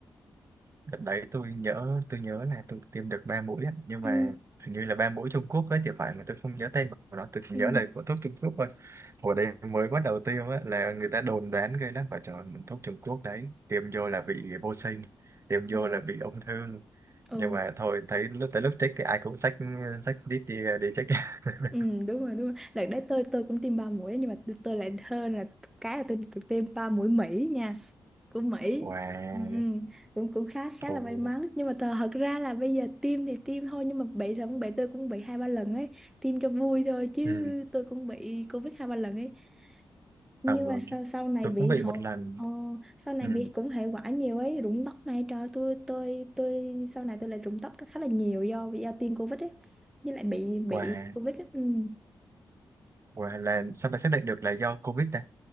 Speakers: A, on the right; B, in the centre.
A: Đợt đấy tôi nhớ tôi nhớ là tôi tiêm được ba mũi á, nhưng mà
B: ừ
A: hình như là ba mũi Trung Quốc ấy thì phải mà tôi không nhớ tên của nó tôi chỉ
B: ừ
A: nhớ là của thuốc Trung Quốc thôi hồi đấy mới bắt đầu tiêm á là người ta đồn đoán ghê lắm và trời thuốc Trung Quốc đấy tiêm vô là bị vô sinh tiêm vô
B: ồ
A: là bị ung thư
B: ừ
A: nhưng mà thôi thấy lúc tới lúc check thì ai cũng xách xách đít đi đi check <laughs>
B: ừ đúng rồi đúng rồi đợt đấy tôi tôi cũng tiêm ba mũi nhưng mà tôi, tôi lại hơn là cái là tôi, tôi tiêm ba mũi Mỹ nha của Mỹ
A: wow
B: ừ, ừ. cũng cũng khá khá
A: ồ
B: là may mắn nhưng mà thật, thật ra là bây giờ tiêm thì tiêm thôi nhưng mà bị là cũng bị tôi cũng bị hai ba lần ấy tiêm cho vui thôi chứ
A: ừ.
B: tôi cũng bị Covid hai ba lần ấy nhưng
A: Ờ,
B: mà sau sau này
A: tôi
B: bị
A: cũng bị
B: hậu
A: một lần
B: ờ, sau này
A: ừ.
B: bị cũng hệ quả nhiều ấy rụng tóc này trời ơi, tôi tôi tôi sau này tôi lại rụng tóc khá là nhiều do do tiêm Covid ấy với lại bị bị
A: wow
B: Covid ấy. Ừ.
A: wow là sao mà xác định được là do Covid ta